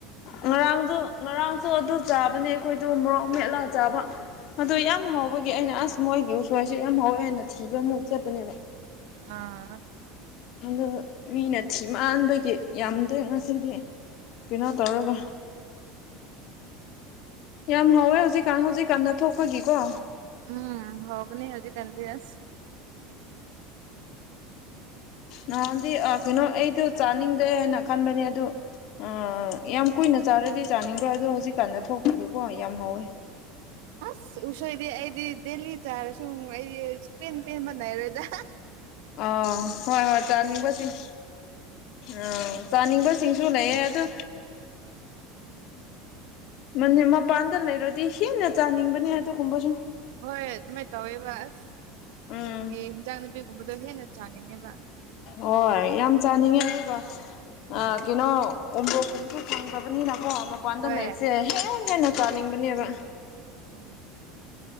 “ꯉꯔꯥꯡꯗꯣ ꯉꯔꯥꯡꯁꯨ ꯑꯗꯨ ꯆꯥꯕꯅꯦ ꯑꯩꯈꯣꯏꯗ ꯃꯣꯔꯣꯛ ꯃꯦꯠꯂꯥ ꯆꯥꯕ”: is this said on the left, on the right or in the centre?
Left